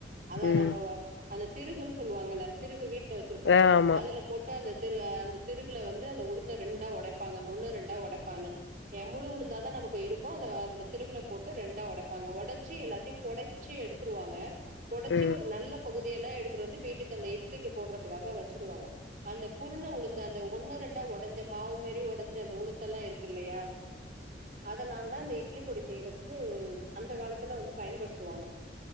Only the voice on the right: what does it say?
அத
நம்ம அந்த திருகுன்னு சொல்லுவாங்கல்ல திருகு வீட் ல வச்சிருப்போம்ல்ல
அதுல போட்டு அந்த திரு அந்த திருகுல வந்து அந்த உளுத்த ரெண்டா உடப்பாங்க ஒன்னு ரெண்டா உடப்பாங்க என முழு உளுந்தாதா நமக்கு இருக்கு அதுல திருகுல போட்டு ரெண்டா உடப்பாங்க உடச்சி எல்லாத்தையு பொடச்சி எடுத்துருவாங்க புடச்சு
ஒரு நல்ல பகுதி எல்லா எடுத் துட்டு வந்து வீட்டுக்கு அந்த இட்லிக்கு போட்றதுக்காக வச்சிருவாங்க அந்த குருண உளுந்து அந்த ஒன்னு ரெண்டா உடஞ்ச மாவு மாறி உடஞ்ச அந்த உளுத்தெல்லா இருக்கு இல்லையா அதெல்லாந்தா இந்த இட்லி பொடி செய்யறதுக்கு அந்த காலத்துல வந்து பயன்படுத்துவாங்க